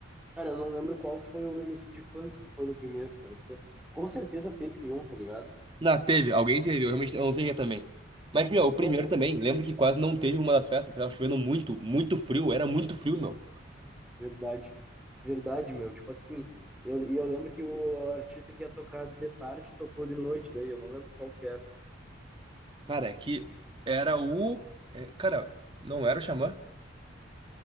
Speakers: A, in the centre; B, on the right (about 25°).
A: Cara, eu não lembro qual que foi o MC de funk que foi no primeiro, cara. Te- Com certeza teve um, tá ligado?
B: Não, teve, alguém teve, eu realmente eu não sei quem é também. Mas, meu, o primeiro
A: Não foi,
B: também, lembro que quase não teve uma das festas, porque tava chovendo muito, muito frio, era muito frio, meu.
A: verdade. Verdade, meu. Tipo assim, eu, e eu lembro que o artista que ia tocar de tarde tocou de noite, daí eu não lembro qual que era.
B: Cara, é que era o. é, cara, não era o Xamã?